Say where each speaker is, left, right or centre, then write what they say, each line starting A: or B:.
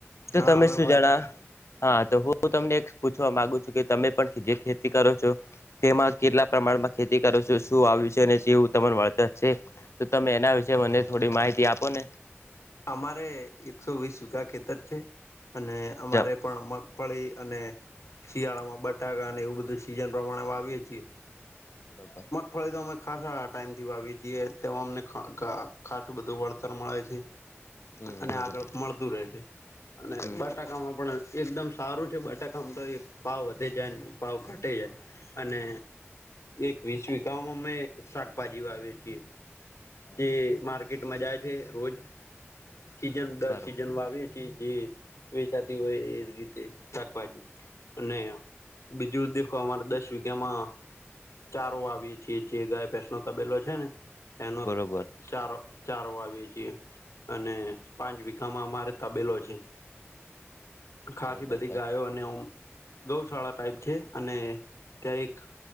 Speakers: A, on the left; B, on the left.
A: તો
B: હા
A: તમે
B: અમે
A: શું
B: પણ
A: જણા હા તો હું તમને એક પૂછવા માગુ છું, કે તમે પણ જે ખેતી કરો છો. કેટલા પ્રમાણમાં ખેતી કરો છો. શું આવ્યું છે. અને જેવું વળતર જ છે. તો તમે એના વિશેે મને થોડી માહિતી આપોને
B: અમારે એકસો વીસ વૂકા ખેતર છે. અને અમારે
A: જમ
B: પણ મગફળી અને શિયાળામાં બટાકા અને એવું બધું સીઝન પ્રમાણે વાવીએ છીએ.
A: બરોબર
B: ફળી તો અમે ખાસ ટાઈમથી વાવીએ છીએ. તેમાં અમને ખાસું બધું વળતર મળે છે.
A: હમ
B: અને
A: બરોબર
B: આગળ મળતું રહેશે. અને
A: હમ
B: બસ બટાકામાં પણ એકદમ સારું છે. બટાકામાં તો ભાવ વધે જાય ભાવ ઘટે જાય. અને એક વીસ વકામાં અમે શાકભાજી વાવીએ છીએ.
A: હા
B: જે માર્કેટમાં જાય છે. રોજ સીઝન દર
A: બરોબર
B: સિઝનમાં આવીએ એ જે વેચાતી હોય, એ રીતે શાકભાજી અને બીજું દેખો દસ વિઘામાં ચારો આવી છીએ. જે ગાય સ તબેલો છે. ને એનો
A: બરોબર
B: ચાર ચાર વાવીએે છીએ. અને પાંચ વીઘામાં અમારે તબેલો છે. ખાસ
A: બરોબર
B: બધી ગાયો અને હ. ગોસાળા ટાઇપ છે. અને ત્યાં એક